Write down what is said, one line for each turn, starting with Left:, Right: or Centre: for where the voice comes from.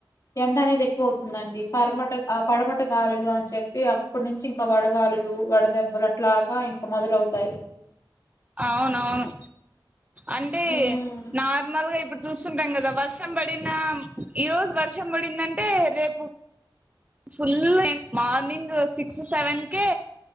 Left: ఎండ అనేది ఎక్కువ అవుతుందండి పరమట ఆ పడమట గాలులు అని చెప్పి ఇప్పటి నుంచి ఇంక వడగాలులు వడదెబ్బలు అట్లాగ ఇంక మొదలవుతాయి
Right: అవునవును అంటే
Left: ఉమ్
Right: నార్మల్గా ఇప్పుడు ఉంటాం కదా వర్షం పడిన ఈ రోజు వర్షం పడిందంటే రేపు ఒ ఫుల్ ఎన్ మార్నింగ్ సిక్ సెవెన్ కే